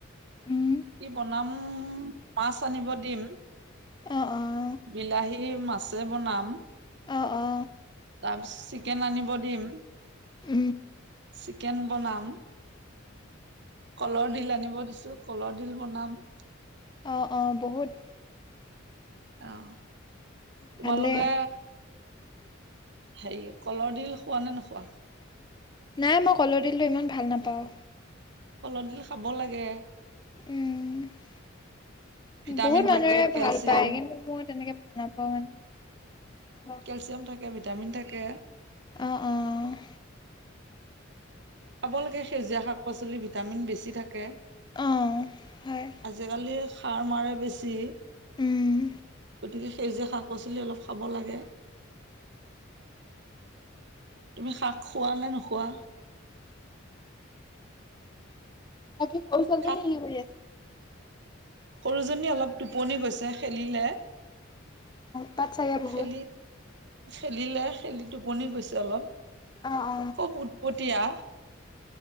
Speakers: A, on the left (about 20°); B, on the right (about 60°).
A: উম
B: কি বনাম? মাছ আনিব দিম।
A: অঁ, অঁ
B: বিলাহী, মাছে বনাম
A: অ অ
B: তাৰ পিছ্‌ত-চিকেন আনিব দিম।
A: ওঁ
B: চিকেন বনাম কলৰ ডিল আনিব দিছো, কলৰ ডিল বনাম।
A: অঁ, অঁ বহুত
B: অঁ, তোমালোকে
A: ভালে
B: হেৰি কলৰ ডিল খোৱা নে, নোখোৱা?
A: নাই, মই কলৰ ডিলটো ইমান ভাল নাপাওঁ।
B: কলৰ ডিল খাব লাগে।
A: উম
B: ভিটামিন
A: বহুত মানুহে
B: থাকে কেলচিয়াম
A: ভাল পায় কিন্তু মই তেনেকে ভাল নাপাওঁ, মানে। বেয়া
B: কেলচিয়াম থাকে, ভিটামিন থাকে।
A: অঁ, অঁ
B: খাব লাগে, সেউজীয়া শাক -পাচলি, ভিটামিন বেছি থাকে।
A: অ অ হয়
B: আজি-কালি সাৰ মাৰে বেছি।
A: উম
B: গতিকে, সেউজীয়া শাক -পাচলি অলপ খাব লাগে। তুমি শাক খোৱা নে, নোখোৱা?
A: বাকি, সৰু ছোৱালিজনী
B: শাক
A: ই শুইয়ে
B: সৰুজনী অলপ টোপনি গৈছে। খেলিলে
A: তাত চাগে বহুত।
B: খেলি খেলিলে, খেলি টোপনি গৈছে অলপ,
A: অ অ
B: খুব উৎপতীয়া।